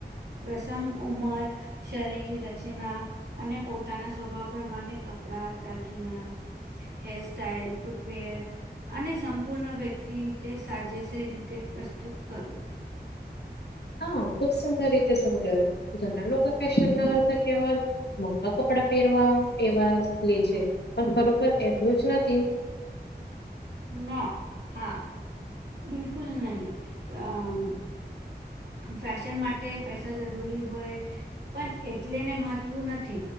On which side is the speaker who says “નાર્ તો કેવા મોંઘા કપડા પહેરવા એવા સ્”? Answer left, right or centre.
Left